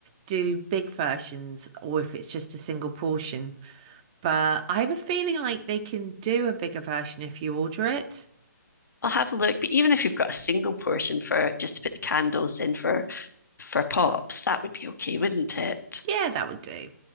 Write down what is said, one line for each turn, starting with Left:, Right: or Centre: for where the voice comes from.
Right: do big versions or if it's just a single portion, but I have a feeling like they can do a bigger version if you order it.
Left: I'll have a look, but even if you've got a single portion for just to put the candles in for for pops, that would be okay, wouldn't it?
Right: Yeah, that would do.